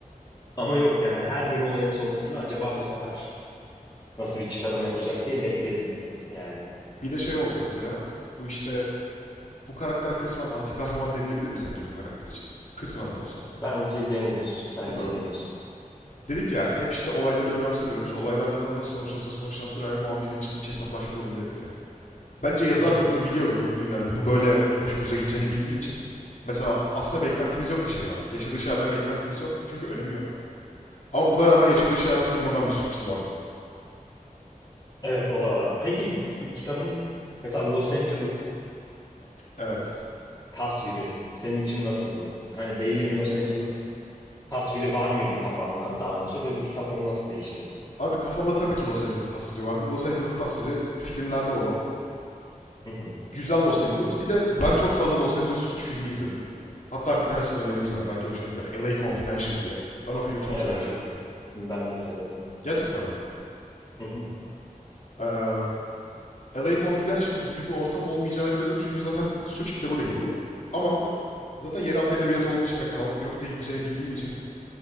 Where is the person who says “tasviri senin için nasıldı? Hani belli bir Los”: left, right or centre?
Left